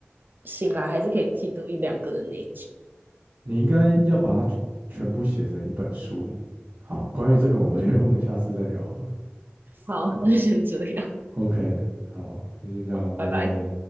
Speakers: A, on the right (about 50°); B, on the right (about 80°).
A: 醒来还是可以记得一两个的那一种。
B: 你应该要把它全部写成一本书。好，关于这个，我们 <laughs> 因为我们下次再聊好了。
A: 好，那就先这样，
B: OK，好，那先这样，
A: 好，
B: 拜拜。
A: 拜拜。